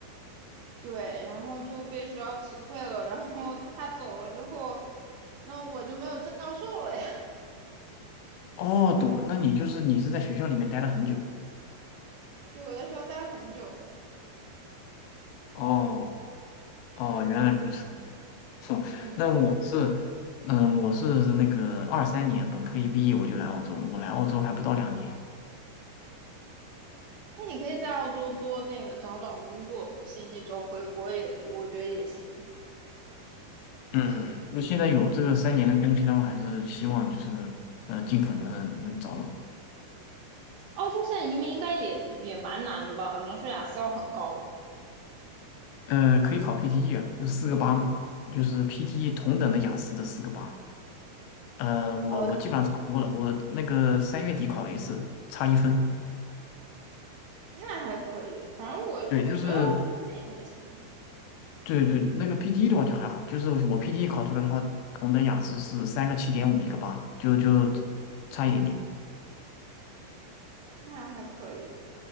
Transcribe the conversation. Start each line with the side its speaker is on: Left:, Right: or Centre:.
Right: 对，然后就被学校辞退了，然后他走了之后，那我就没有教授了呀。
Left: 哦，哦懂了，那你就是你是在学校里面待了很久。
Right: 对，我在学校待了很久。
Left: 哦哦，原来如此。
Right: 对，
Left: 哼那我是，
Right: 嗯。
Left: 嗯，我是那个二三年本科一毕业我就来澳洲了，我来澳洲还不到两年，
Right: 那你可以在澳洲多那个找找工作，不行你就回国也，我觉得也行。
Left: 嗯，
Right: 对，
Left: 那现在有这个三年的工签的话，还是希望就是呃尽可能地能找到，
Right: 澳洲现在移民应该也也蛮难的吧？好像说雅思要很高。
Left: 呃，可以考 PTE 啊，就四个八嘛，就是 PTE 同等的雅思的四个八，呃，我我基本上差不多了，
Right: 哦，就是
Left: 我那个三月底考了一次，差一分，
Right: 那还可以，反正我我觉得澳洲应该也还行，
Left: 对，就是对对，那个 PT e 的话就还好，就是我 PT e 考出来的话，同等雅思是三个七点五，一个八，就就差一点点。
Right: 那还可以。